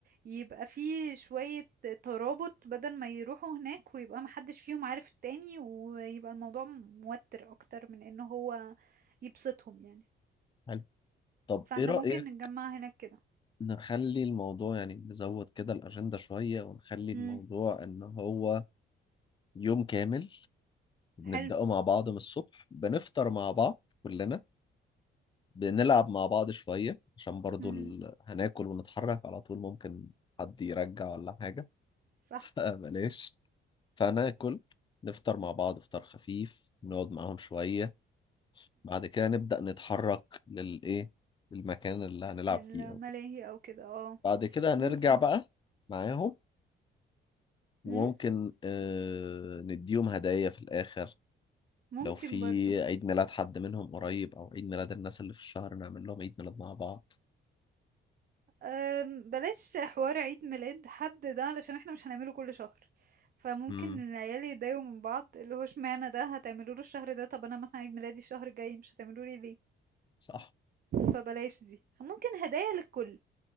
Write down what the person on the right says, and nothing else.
يبقى فيه شوية ترابط بدل ما يروحوا هناك ويبقى محدش فيهم عارف التاني ويبقى الموضوع موتر أكتر من ان هو يبسطهم يعني
فاحنا
ممكن نتجمع هناك كده
امم
حلو
امم
صح
للملاهي
أو كده آه،
ممكن،
إمم،
ممكن
برضه،
آمم، بلاش حوار عيد ميلاد حد ده علشان إحنا مش هنعمله كل شهر، فممكن
العيال يتضايقوا من بعض اللي هو اشمعنى ده هتعملوه له الشهر ده، طب أنا مثلًا عيد ميلادي الشهر الجاي مش هتعملوه لي ليه؟
فبلاش دي، ممكن هدايا للكل.